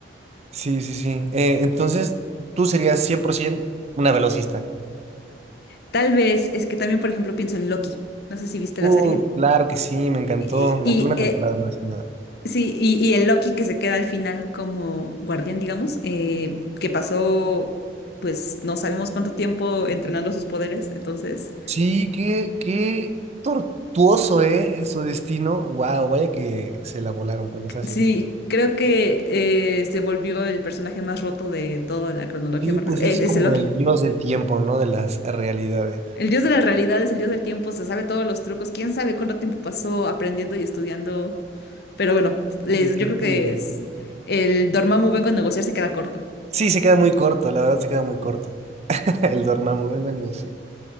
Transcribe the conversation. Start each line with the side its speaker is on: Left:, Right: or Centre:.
Right: Sí, sí, sí. Eh, entonces, tú serías 100% una velocista.
Left: Tal vez es que también, por ejemplo, pienso en Loki. No sé si viste
Right: Uh,
Left: la serie.
Right: claro que sí, me encantó.
Left: Y,
Right: La
Left: y,
Right: que una
Left: eh,
Right: temporada más que nada.
Left: sí, y, y el Loki que se queda al final como guardián, digamos, eh, que pasó, pues no sabemos cuánto tiempo entrenando sus poderes. Entonces,
Right: Sí, qué, qué tortuoso, ¿eh? Su destino. Wow, vaya que se la volaron con esa
Left: sí,
Right: serie.
Left: creo que eh, se volvió el personaje más roto de toda la cronología
Right: Sí,
Left: Marvel.
Right: pues
Left: Es,
Right: es
Left: es
Right: como
Left: el Loki.
Right: el dios del tiempo, ¿no? De las realidades.
Left: El dios de las realidades, el dios del tiempo, se sabe todos los trucos. Quién sabe cuánto tiempo pasó aprendiendo y estudiando. Pero bueno, les-
Right: Sí, qué
Left: yo
Right: increíble.
Left: creo que es el Dormammu vengo a negociar se queda corto.
Right: Sí, se queda muy corto, la verdad se queda muy corto. <laughs> El Dormammu, vengo a negociar.